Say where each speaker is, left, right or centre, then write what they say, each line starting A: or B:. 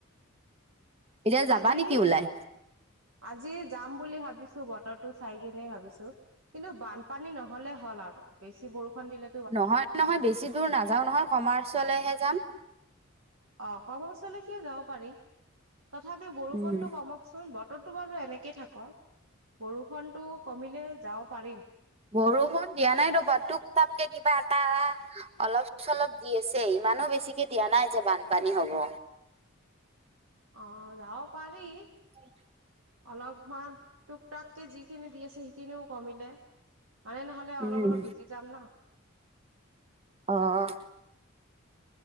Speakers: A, on the right; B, on the right.
A: এতিয়া যাবা
B: আজি
A: নেকি ওলাই?
B: আজি যাম বুলি ভাবিছো বতৰটো চাই কিনে ভাবিছো কিন্তু বানপানী নহলে হ'ল আৰু বেছি বৰষুণ দিলে
A: নহয় নহয় বেছি দূৰ নাযাও নহয় কমাৰ্চলেহে যাম
B: অ কমাৰ্চলৈকে যাব পাৰি তথাপি বৰষুণতো
A: উম।
B: কমক ককচোন বতৰটো বাৰু এনেকে থাকক বৰষুনটো কমিলে যাব পাৰিম
A: বৰষুণ দিয়া নাই ৰ'বা টোপ তাপকে কিবা এটা অলপ চলপ দি আছে ইমানো বেছিকে দিয়া নাই যে বানপানী হব
B: অ যাব পাৰি
A: হয়
B: অলপমান টুপ টাককে যিখিনি দি আছে সেইখিনিও কমিলে মানে নহ'লে
A: উম।
B: অলপ অলপ ভিজি যাম ন
A: অঁ